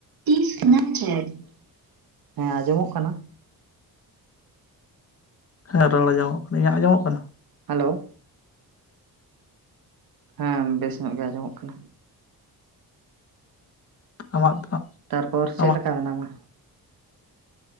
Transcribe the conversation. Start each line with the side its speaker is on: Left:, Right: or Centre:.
Right: <unintelligible> ᱦᱮᱸ ᱟᱸᱡᱚᱢᱚᱜ ᱠᱟᱱᱟ᱾
Left: ᱦᱮᱸ ᱨᱚᱲ ᱟᱸᱡᱚᱜ ᱠᱟᱱᱟ ᱤᱧᱟᱹᱜ ᱟᱸᱡᱚᱢᱚᱜ ᱠᱟᱱᱟ?
Right: ᱦᱮᱞᱳ, ᱦᱮᱸ ᱵᱮᱥ ᱧᱚᱜ ᱜᱮ ᱟᱸᱡᱚᱢᱚᱜ ᱠᱟᱱᱟ᱾
Left: ᱟᱢᱟᱜ ᱫᱚ?
Right: ᱛᱟᱨᱯᱚᱨ ᱪᱮᱫ
Left: ᱟᱢᱟᱜ
Right: ᱞᱮᱠᱟ ᱢᱮᱱᱟᱢᱟ?